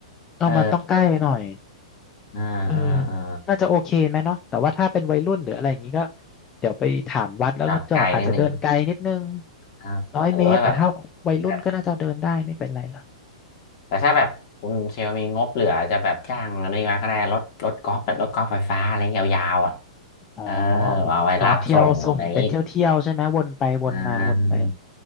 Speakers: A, on the left (about 15°); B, on the left (about 35°).
A: เอามันต้องใกล้หน่อย
B: เอออ่าอ่าอ่า
A: เออน่าจะโอเคไหมเนาะแต่ว่าถ้าเป็นวัยรุ่นหรืออะไรอย่างงี้ก็เดี๋ยวไปถามวัดแล้วก็จอดอาจจะเดินไกลนิดนึง
B: จอดไกลนิดนึง อ่าหรือว่าแบบ
A: ร้อยเมตรแต่ถ้าวัยรุ่นก็น่าจะเดินได้ไม่เป็นไรหรอก
B: แบบแต่ถ้าแบบคุณเชลมีงบเหลือจะแบบจ้างอะไรมาก็ได้รถรถกอล์ฟแบบรถกอล์ฟไฟฟ้าอะไรยาวๆอ่ะ
A: อ๋อ
B: เออเอาไว้รับส่งอะไรอย่างนี้
A: อ๋อเที่ยวส่งเป็นเที่ยวเที่ยวใช่ไหมวนไปวนมาวนไป
B: อ่า